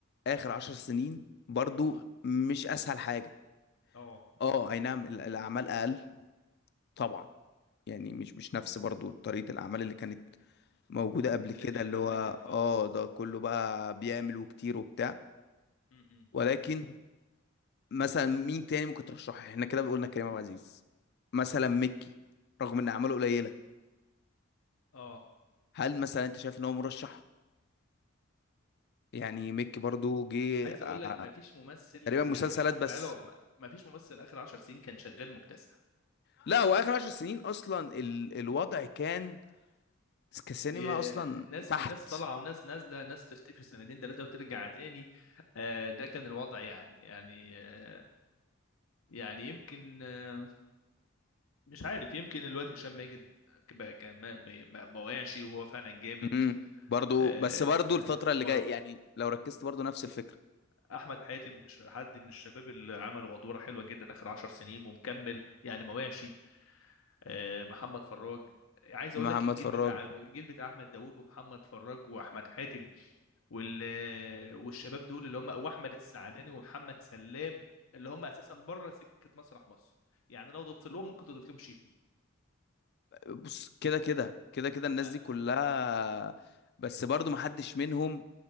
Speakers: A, on the left; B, on the left.
A: اخر عشر سنين برضو مش اسهل حاجة
B: اه
A: اه اي نعم ال- الاعمال اقل طبعا يعني مش مش نفس برضو طريقة الاعمال اللي كانت موجودة قبل
B: اللي
A: كده
B: كانت
A: اللي
B: قبل
A: هو
B: كده اه
A: اه ده كله بقى بيعمل وكتير وبتاع
B: امم
A: ولكن مثلا مين تاني ممكن ترشحه احنا كده قلنا كريم عبد العزيز مثلا مكي رغم ان اعماله قليلة
B: اه
A: هل مثلا انت شايف ان هو مرشح يعني مكي برضو جه
B: عايز
A: آه،
B: اقول لك ما فيش ممثل
A: تقريبا
B: يعني
A: مسلسلات
B: خ-
A: بس
B: بقاله ما ما فيش ممثل اخر 10 سنين كان شغال مكتسح
A: لا هو اخر عشر سنين اصلا ال... الوضع كان كسينما
B: إيه،
A: اصلا
B: الناس
A: تحت
B: الناس طالعه وناس نازله ناس تختفي سنتين ثلاثه وترجع تاني آه، ده كان الوضع يعني يعني آه، يعني يمكن آه، مش عارف يمكن الوقت هشام ماجد بقى كان ما ما ما- ما وقعش وهو فعلا جامد
A: امم برضو
B: آه،
A: بس برضو الفترة اللي
B: و-
A: جاية يعني لو ركزت برضو نفس الفكرة
B: احمد حاتم ش- حد من الشباب اللي عمل وادواره حلوه جدا اخر عشر سنين ومكمل يعني ما وقعش آه، محمد فراج عايز
A: محمد
B: اقول لك الجيل
A: فراج
B: بتاع الجيل بتاع احمد داوود ومحمد فراج واحمد حاتم وال والشباب دول اللي هم واحمد السعداني ومحمد سلام اللي هم اساسا بره سكه مسرح مصر يعني لو ضفت لهم ممكن تضيف لهم شيكو
A: بص كده كده كده كده الناس
B: آه،
A: دي كلها بس برضو ما حدش منهم